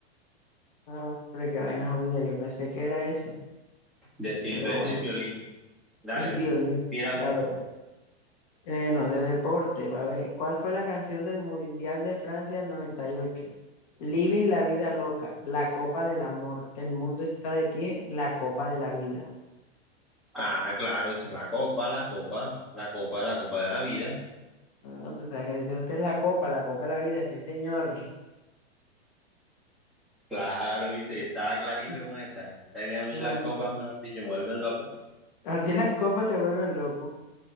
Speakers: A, on the left (about 35°); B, in the centre.
A: Ah, Hombre, qué vaina jodida. Yo pensé que era eso,
B: De Silvestre
A: pero bueno.
B: y Piolín.
A: <laughs>
B: Dale,
A: Y violín.
B: pues. Tira
A: Dale.
B: una.
A: Eh, no, de deporte, va a ver. ¿Cuál fue la canción del Mundial de Francia del 98? Living la vida loca, la copa del amor, el mundo está de pie, la copa de la vida.
B: Ah, claro, esa es la copa, la copa, la copa, la copa de la vida.
A: Ah, tú sabes que a ti te gusta la copa, la copa de la vida, sí, señor.
B: Claro, viste, estaba clarito
A: <laughs>
B: con esa. Es que a mí
A: Mm.
B: las copas, mejor dicho, me vuelven loco.
A: A ti las copas te vuelven loco.